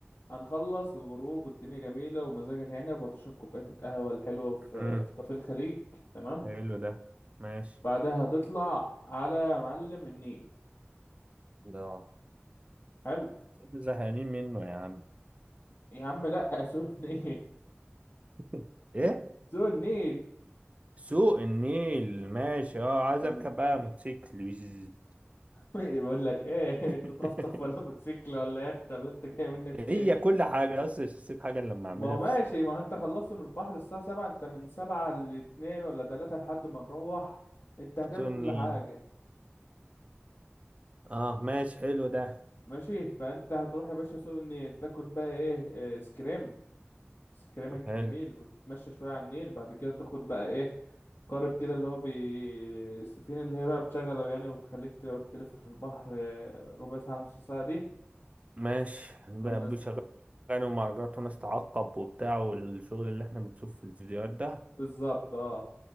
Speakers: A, on the left (about 65°); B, on the right (about 30°).
A: هنخلص الغروب والدنيا جميلة ومزاجك عنب وهتشرب كوباية القهوة الحلوة في
B: مم.
A: في كافيه الخليج تمام
B: حلو ده ماشي
A: بعدها هتطلع على معلم النيل
B: لا
A: حلو
B: زهقانين منه يا عم
A: يا عم لا سو النيل
B: <laughs> ايه
A: <laughs> سو النيل
B: سوق النيل ماشي اه عايز
A: <laughs>
B: اركب بقى موتوسيكل ويز.
A: بقول لك ايه
B: <laughs>
A: انت طفطف ولا موتوسيكل ولا يخت ولا انت جاي منك
B: هي
A: في ايه
B: كل حاجة اصلا مش هسيب حاجة إلا لما اعملها
A: ما هو ماشي
B: في السفرية
A: ما هو انت خلصت من البحر الساعة سبعة انت من سبعة لاتنين ولا تلاتة لحد ما نروح انت هتعمل
B: سوق
A: كل
B: النيل
A: حاجة
B: اه ماشي حلو ده
A: ماشي فانت هتروح يا باشا سوق النيل تاكل بقى ايه آه، اسكريم اسكريمك الجميل
B: حلو
A: وتتمشى شوية على النيل بعد كده تاخد بقى ايه قارب كده اللي هو بي السفينة اللي هي بقى بتشغل أغاني وتخليك تقعد تلف في البحر آه، ربع ساعة نص ساعة دي
B: ماشي ب-
A: نقوم نازل
B: بشغل كانوا مهرجانات وناس تعقب وبتاع والشغل اللي احنا بنشوفه في الفيديوهات ده
A: بالظبط اه